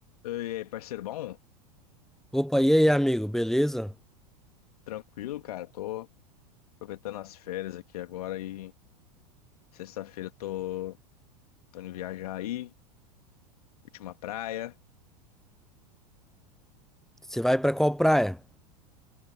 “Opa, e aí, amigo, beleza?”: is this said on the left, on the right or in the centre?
Centre